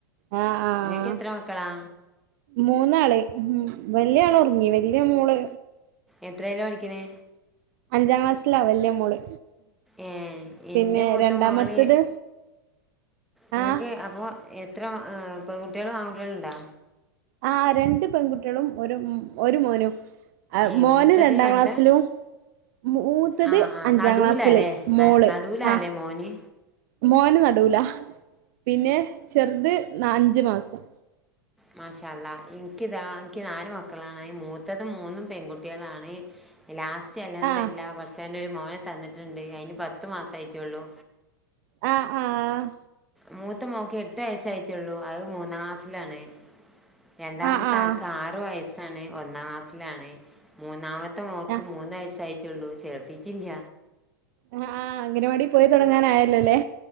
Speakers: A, on the right; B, in the centre.
A: ആഹ് ആഹ്
B: ഇങ്ങക്ക് എത്ര മക്കളാ
A: മൂന്നാള് ഉ വല്യ ആള് ഉറങ്ങിണ് വല്യ മോള്
B: എത്രയാലാ പഠിക്കണേ
A: അഞ്ചാം ക്ലാസ്സിലാ വല്യ മോള്
B: ഏഹ ഇന്റെ
A: പിന്നെ
B: മൂത്ത
A: രണ്ടാമത്തത്
B: മോള് നിങ്ങക്ക്
A: ആഹ്
B: അപ്പൊ എത്ര പെൺകുട്ടികളും ആൺകുട്ടികളും ഉണ്ടോ
A: ആ രണ്ട് പെൺകുട്ടികളും ഒരു ഒരു മോനും ആഹ്
B: ഏ
A: മോന്
B: മൂത്തത്
A: രണ്ടാം
B: രണ്ട്
A: ക്ലാസ്സിലൂം മൂത്തത്
B: ആ ആ
A: അഞ്ചാം
B: നടൂലല്ലേ
A: ക്ലാസ്സിലെ മോള്
B: നടൂലാല്ലേ
A: ആഹ്
B: മോന്
A: മോന് നടൂല പിന്നെ ചെറുത് ന അഞ്ച് മാസം
B: മാഷാ അള്ളാ എനിക്ക്താ എനിക്ക് നാല് മക്കളാണ് അത് മൂത്തത് മൂന്നും പെൺകുട്ടികളാണ് ലാസ്റ്റ് അൽഹംദുലില്ലാഹ്
A: ആ
B: പടച്ചവൻ ഒരു മോനെ തന്നിട്ടുണ്ട് അതിന് പത്ത് മാസം ആയിട്ടേ ഒള്ളൂ
A: ആഹ് ആഹ്
B: മൂത്ത മോക്ക് എട്ട് വയസ്സായിട്ടേ ഉള്ളൂ അത് മൂന്നാം ക്ലാസ്സിലാണ് രണ്ടാമത്തെ
A: ആ ആ
B: ആക്ക് ആറ് വയസ്സാണ് ഒന്നാം ക്ലാസ്സിലാണ് മൂന്നാമ ത്തെ മോക്ക്
A: ആ
B: മൂന്ന് വയസ്സായിട്ടുള്ളൂ ചേർത്തിട്ടില്ല
A: ആഹ് അംഗനവാടീ പോയി തൊടങ്ങാനായല്ലോ അല്ലേ